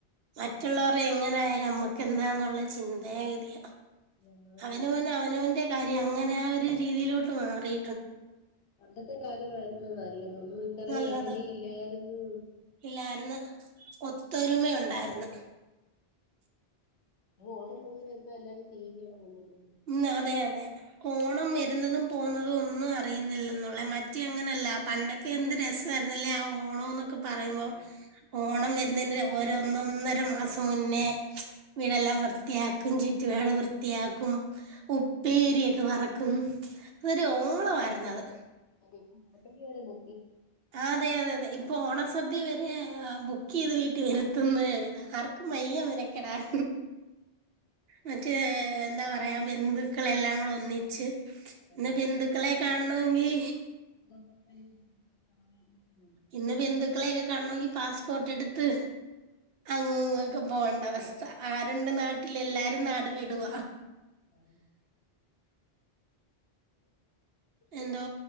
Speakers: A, on the left; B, on the right.
A: കാണാം
B: മറ്റുള്ളവർ എങ്ങനൊയാലും നമ്മാകെണ്ടാനുള്ള ചിന്തയാഗതിയ.
A: അന്നേ
B: അവനോൻ അവനവന്റെറെ കാര്യം അങ്ങനെ ആ ഒരു രീതിയിലോട്ട് മാറി.
A: പണ്ടത്തെ കാലമായിരുന്നു നല്ലത. ഒന്നും ഇത്ര
B: നല്ലത്
A: ലഹരി ഇല്ലായിരുന്നു,
B: ഇല്ലായിരുന്നു ഒത്തൊരുമ ഉണ്ടായിരുന്നു.
A: ഓണം വന്ന് ഇപ്പ എല്ലാരും ടീവി യടെ മുന്നില്ല.
B: മ്മ് അതെ അതെ ഓണം വരുന്നതും പോുന്നതും ഒന്നും അറിയുന്നില്ലെന്നുള്ളെ മറ്റേ അങ്ങനെയല്ല പണ്ട ക്കെ എന്ത് രസമായിരുന്നില്ലേ ആ ഓണംന്നൊക്കെ പറയുമ്പോ,
A: ആഹ്
B: ഓണം വരുന്നതിന് ഒരു ഒന്നൊന്നര മാസം മുന്നേ വീടെല്ലാം
A: എല്ലാം
B: വൃത്തിയാക്കും, ചുറ്റുപാട് വൃത്തിയാക്കും. ഉപ്പേരിയൊക്കെ വറക്കും അതൊരു
A: ഇപ്പോ
B: ഓളമായിരുന്നു
A: ഹോട്ടലില്
B: അത്,
A: <unintelligible> വരെ പോ
B: ആ അതെ അതെ അതെ ഇപ്പൊ ഓണസദ്യ വരെ ബുക്ക് ചെയ്ത് വീട്ടിൽ വരുത്തുന്ന ആർക്കും വയ്യ
A: ആണോ
B: മെനക്കെടാൻ. മറ്റേ എന്താ പറയാ ബന്ധുക്കളെല്ലാം കൂടെ ഒന്നിച്ച്.
A: <unintelligible>
B: ഇന്ന് ബന്ധുക്കളെ കാണണമെങ്കി
A: ഒക്കെ വരില്ലേ
B: ഇന്ന് ബന്ധുക്കളെയൊക്കെ കാണണെങ്കിൽ പാസ്പോർട്ട് എടുത്ത് അങ്ങ് ഒക്കെ പോണ്ട അവസ്ഥ. ആരുണ്ട് നാട്ടിൽ, എല്ലാരും നാട് വിടുവ.
A: ആ <unintelligible> <inaudible>
B: എന്തോ